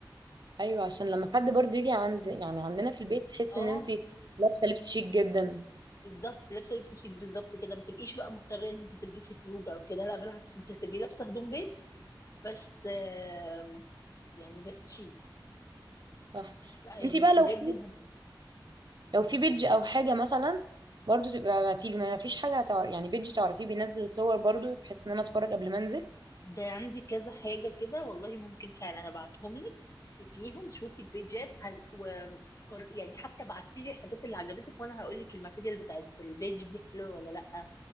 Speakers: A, on the right (about 60°); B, on the left (about 40°).
A: ايوه عشان لما حد برضه يجي عند يعني عندنا في البيت تحس
B: اه
A: ان انتي لابسه لبس شيك جدا
B: بالظبط لابسه لبس شيك بالظبط كده ما تبقيش بقى مضطره ان انت تلبسي خروج او كده لا بالعكس انت هتبقي لابسه هدوم بيت بس آه يعني بس شيك
A: صح
B: لا يعني
A: انتي بقى
B: الحاجات
A: لو في
B: دي
A: لو في بيدج او حاجه مثلا برضو تبقى ابعتيلي ما فيش حاجه تع... يعني بيدج تعرفيه بينزل صور برضو بحيث ان انا اتفرج قبل ما انزل
B: ده عندي كذا حاجة كده والله ممكن فعلا ابعتهم لك شوفيهم شوفي البيجات ه... و... قر- يعني حتى بعتي لي الحاجات اللي عجبتك وانا هقول لك الماتيريال بتاعت البيج دي حلوه ولا لا